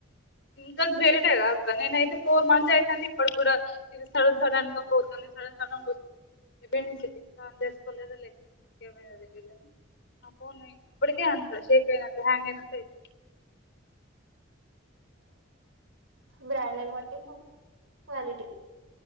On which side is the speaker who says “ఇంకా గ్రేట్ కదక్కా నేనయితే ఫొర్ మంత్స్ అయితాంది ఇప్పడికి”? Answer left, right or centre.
Left